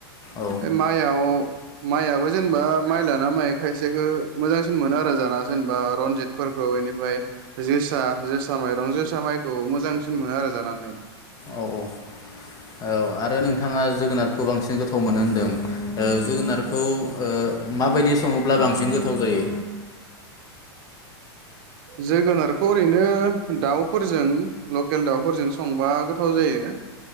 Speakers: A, on the left; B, on the right.
A: औ
B: बे माइयाव माइ आबो जेनेबा माइ लाना माइ खायसेखौ मोजांसिन मोनो आरो जाना जेनेबा रनजितफोरखौ बे ओमफ्राय जोसा जोसा माइरं जोसा माइखौ मोजांसिन मोनो आरो जानानै।
A: औ औ औ आरो नोंथाङा जोगोनारखौ बांसिन गोथाव मोनो होनदों ओ जोगोनारखौ ओ माबायदि सङोब्ला बांसिन गोथाव जायो?
B: जोगोनारखौ ओरैनो दाउफोरजों लकेल दाउफोरजों संबा गोथाव जायो।